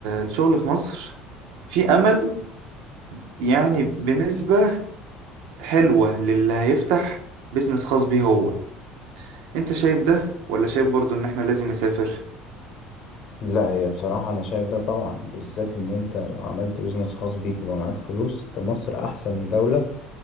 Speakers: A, on the right; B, on the left.
A: الشغل في مصر في امل يعني بنسبه حلوه للي هيفتح بيزنس خاص بيه هو انت شايف ده ولا شايف برضو ان احنا لازم نسافر
B: لا هي بصراحة أنا شايف ده طبعا بالذات إن أنت لو عملت بيزنس خاص بيك وبقى معاك فلوس ده مصر أحسن دولة